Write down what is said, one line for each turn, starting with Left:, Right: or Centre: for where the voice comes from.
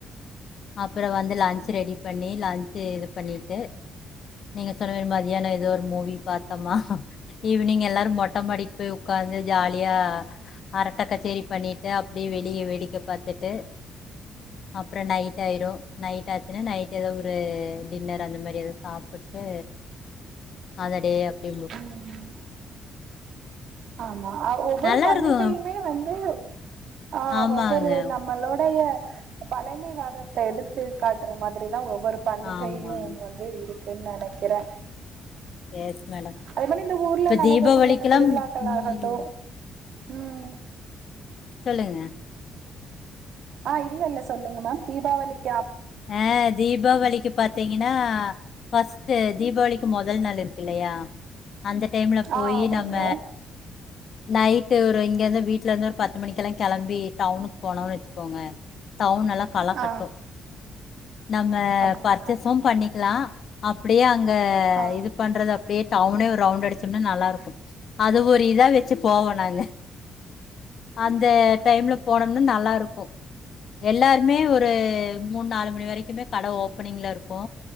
Left: அப்றோ வந்து லன்ச் ரெடி பண்ணி லன்ச்சு இது பண்ணிட்டு நீங்க சொன்ன <unintelligible> மாதிரியான எதோ ஒரு மூவி பாத்தமா ஈவ் னிங் எல்லாரு மொட்டமாடிக்கு போய் உக் காந்து ஜாலியா அரட்ட கச்சேரி பண்ணிட்டு அப்டியே வெளிய வேடிக்க பாத்திட்டு அப்றோ நைட் அயிடு நைட் ஆச்சினா நைட் எதோ ஒரு டின்னர் அந்த மாரி எதோ சாப்புட்டு அந்த டே அப்டி
Right: ம் ஆமா ஒவ்வொரு
Left: நல்லா
Right: பண்டிகையுமே
Left: இருக்கு
Right: வந்து ஆஹ்
Left: ஆமாங்க
Right: ஒவ்வொரு நம்மளோடைய பழைமை வாதத்த எடுத்து காட்டுற மாதிரி ஒவ்வொரு பண்டிகையு
Left: ஆமாங்க
Right: வந்து இருக்கு ன் நனைக்கிறே
Left: எஸ் மேடம்
Right: அதே மாரி இந்த ஊர்ல
Left: இப்ப
Right: நடக்கக்கூடிய
Left: தீபாவளிக்கெல்லா
Right: அந்த திருவிழாக்கள்
Left: ம்
Right: ஆகட்டு உம்
Left: சொல்லுங்க
Right: ஆஹ் இல்ல இல்ல சொல்லுங்க மேம் தீபாவளிக்
Left: எ தீபாவளிக்கு பாத்தீங்கன்னா ஃபர்ஸ்ட்டு தீபாவளிக்கு முதல் நாளு இல்லையா அந்த டைம்ல போயி
Right: ஆ ஆமாங்க
Left: நம்ம நைட்டு ஒரு இங்க இருந்து வீட்டுல இருந்து ஒரு பத்து மணிக்கெல்லா களம்பி டவுனுக்கு போனோன்னு வச்சிக்கோங்க டவுனலா கல கட்டு
Right: ஆ
Left: நம்ம
Right: அப்டிங்களாங்க
Left: பர்ச்சேஸும் பண்ணிக்கலா அப்டியே அங்க
Right: ஆ
Left: இது பண்றது அப்டியே டவுனே ஒரு ரவுண்டு அடிச்சம்னா நல்லாருக்கும் அது ஒ இதா வெச்சு போவோ நாங்க அந்த டைம்ல போனம்னா நல்லாருக்கூ எல்லாருமே ஒரு மூன் நாலு மணி வரைக்குமே கட ஓப்பனிங்ல இருக்கு